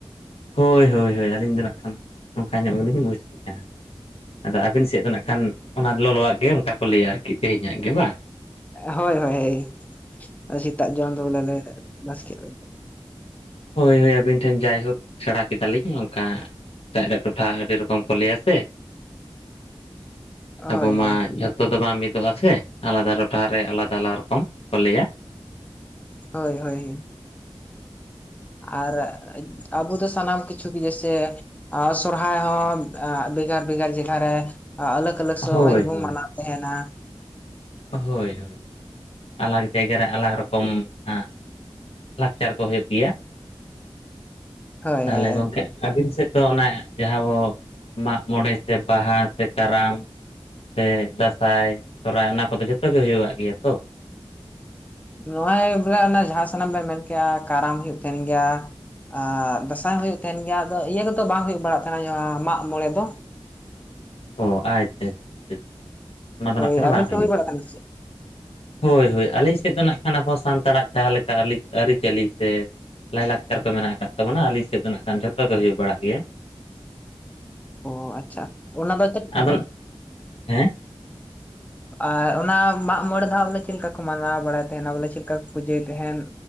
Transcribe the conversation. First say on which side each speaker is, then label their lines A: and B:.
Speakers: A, on the left; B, on the left.
A: ᱦᱳᱭ ᱦᱳᱭ ᱦᱳᱭ ᱟᱹᱞᱤᱧ ᱫᱚ ᱠᱷᱟᱱ ᱱᱚᱝᱠᱟ ᱧᱚᱜ ᱜᱮᱞᱤᱧ ᱵᱩᱡᱽ ᱠᱮᱫᱼᱟ᱾ ᱟᱫᱚ ᱟᱹᱵᱤᱱ ᱥᱮᱫ ᱫᱚ ᱱᱟᱜ ᱠᱷᱟᱱ ᱚᱱᱟ ᱞᱚᱞᱚᱣᱟᱜ ᱜᱮ ᱚᱱᱠᱟ ᱠᱚ ᱞᱟᱹᱭᱟ ᱟᱨᱠᱤ ᱛᱮᱦᱮᱧᱟᱜ ᱜᱮ ᱵᱟᱝ?
B: ᱦᱳᱭ ᱦᱳᱭ ᱦᱭ ᱥᱮᱛᱟᱜ ᱡᱚᱱ ᱫᱚ ᱵᱚᱞᱮ ᱞᱮ ᱵᱟᱥᱠ ᱞᱮ
A: ᱦᱳᱭ ᱦᱳᱭ ᱟᱹᱵᱤᱱ ᱴᱷᱮᱱ ᱡᱟᱭᱦᱳᱠ ᱥᱮᱬᱟ ᱠᱮᱫᱟᱞᱤᱧ ᱚᱱᱠᱟ ᱮᱴᱟᱜ ᱨᱮᱱᱟᱜ ᱴᱚᱴᱷᱟ ᱟᱹᱰᱤ ᱨᱚᱠᱚᱢ ᱠᱚ ᱞᱟᱹᱭᱟ ᱥᱮ ᱟᱵᱚ
B: ᱦᱳᱭ
A: ᱢᱟ
B: ᱦᱳᱭ
A: ᱡᱷᱚᱛ ᱡᱚᱛᱚ ᱫᱚ ᱵᱟᱝ ᱢᱤᱫᱳᱜ-ᱟ ᱥᱮ ᱟᱞᱟᱫᱟ ᱴᱳᱴᱷᱟ ᱨᱮ ᱟᱞᱟᱫᱟ ᱟᱞᱟᱫᱟ ᱨᱳᱠᱳᱢ ᱠᱚ ᱞᱮᱭᱟ᱾
B: ᱦᱳᱭ ᱦᱳᱭ, ᱟᱨ ᱟᱵᱚ ᱫᱚ ᱥᱟᱱᱟᱢ ᱠᱤᱪᱷᱩ ᱜᱮᱥᱮ ᱟᱨ ᱥᱚᱨᱦᱟᱭ ᱦᱚᱸ ᱵᱷᱮᱜᱟᱨ ᱵᱷᱮᱜᱟᱨ ᱡᱟᱭᱟᱨᱮ, ᱟᱞᱟᱜ ᱟᱫᱚ ᱥᱳᱭ
A: ᱦᱳᱭ
B: ᱫᱚᱵᱚᱱ
A: ᱦᱳᱭ
B: ᱢᱟᱱᱟᱣ ᱛᱟᱦᱮᱱᱟᱺ
A: ᱦᱳᱭ ᱦᱳᱭ ᱟᱞᱟᱜᱽ ᱡᱟᱭᱜᱟᱟᱨ ᱨᱮ ᱟᱞᱟᱜᱽ ᱨᱚᱠᱚᱢ ᱟᱸᱜ ᱞᱟᱠᱪᱟᱨ ᱠᱚ ᱦᱩᱭᱩᱜ ᱜᱮᱭᱟ
B: ᱦᱳᱭ
A: ᱛᱟᱦᱚᱞᱮ
B: ᱦᱳᱭ
A: ᱜᱚᱝᱠᱮ ᱟᱹᱵᱤᱱ ᱥᱮᱫ ᱫᱚ ᱚᱱᱟ ᱡᱟᱦᱟᱸ ᱵᱚ ᱢᱟᱜ ᱢᱚᱬᱮ ᱥᱮ ᱵᱟᱦᱟ ᱥᱮ ᱠᱟᱨᱟᱢ ᱥᱮ ᱫᱟᱸᱥᱟᱭ ᱥᱚᱨᱦᱟᱭ ᱚᱱᱟ ᱠᱚᱫᱚ ᱡᱚᱛᱚ ᱜᱮ ᱦᱩᱭᱩᱜ ᱜᱮᱭᱟ ᱛᱚ?
B: ᱱᱚᱜᱼᱚᱭ ᱵᱚᱞᱮ ᱨᱮᱱᱟᱜ ᱡᱟᱦᱟᱸ ᱥᱟᱱᱟᱢ ᱢᱮ ᱢᱮᱱ ᱠᱮᱜᱼᱟ ᱠᱟᱨᱟᱢ ᱦᱩᱭᱩᱜ ᱛᱟᱦᱮᱱ ᱜᱮᱭᱟ᱾ ᱟᱨ ᱫᱟᱸᱥᱟᱭ ᱦᱩᱭᱩᱜ ᱛᱟᱸᱦᱮᱱ ᱜᱮᱭᱟ ᱟᱫᱚ ᱤᱭᱟᱹ ᱠᱚᱫᱚᱚ ᱵᱟᱝ ᱦᱩᱭᱩᱜ ᱵᱟᱲᱟᱜ ᱛᱟᱦᱮᱱᱟ ᱢᱟᱜᱽ ᱢᱚᱬᱮ ᱫᱚ᱾
A: ᱚ ᱟᱪᱪᱷᱟ ᱪᱷᱟ ᱪᱷᱟ ᱚᱱᱟ ᱫᱚ
B: ᱦᱳᱭ
A: ᱵᱟᱝ ᱠᱷᱟᱱ
B: ᱟᱵᱮᱱ
A: ᱵᱟᱝ
B: ᱥᱮᱫ
A: ᱦᱩᱭᱩᱜᱼᱟ᱾
B: ᱦᱩᱭ ᱵᱟᱲᱟᱜ ᱠᱟᱱᱟ ᱥᱮ ᱪᱮᱫ
A: ᱦᱳᱭ ᱦᱳᱭ ᱟᱹᱞᱤᱧ ᱥᱮᱫ ᱫᱚ ᱱᱟᱜ ᱠᱷᱟᱱ ᱟᱵᱚ ᱥᱟᱱᱛᱟᱲᱟᱜ ᱡᱟᱦᱟᱸ ᱞᱮᱠᱟ ᱱᱟᱝ ᱟᱹᱨᱤᱪᱟᱹᱞᱤ ᱥᱮ ᱞᱟᱭᱼᱞᱟᱠᱪᱟᱨ ᱠᱚ ᱢᱮᱱᱟᱜ ᱟᱠᱟᱫ ᱛᱟᱵᱚᱱᱟ ᱟᱹᱞᱤᱧ ᱥᱮᱫ ᱫᱚ ᱱᱟᱜ ᱠᱷᱟᱱ ᱡᱷᱚᱛᱚ ᱜᱮ ᱦᱩᱭ ᱵᱟᱲᱟᱜ ᱜᱮᱭᱟ᱾
B: ᱳᱸ ᱟᱪᱪᱷᱟ ᱚᱱᱟ ᱚᱱᱟ ᱫᱚ ᱪᱮᱫ
A: ᱟᱵᱟᱨ, ᱦᱮᱸ?
B: ᱟᱨ ᱚᱱᱟ ᱢᱟᱜ ᱢᱚᱬᱮ ᱫᱚ ᱵᱚᱞᱮ ᱪᱮᱫ ᱞᱮᱠᱟ ᱠᱚ ᱢᱟᱱᱟᱣ ᱵᱟᱲᱟᱭ ᱛᱟᱦᱮᱱᱟ ᱵᱚᱞᱮ ᱪᱮᱫᱮ ᱞᱮᱠᱟ ᱠᱳ ᱯᱩᱡᱟᱹᱭ ᱛᱟᱦᱮᱸᱱ?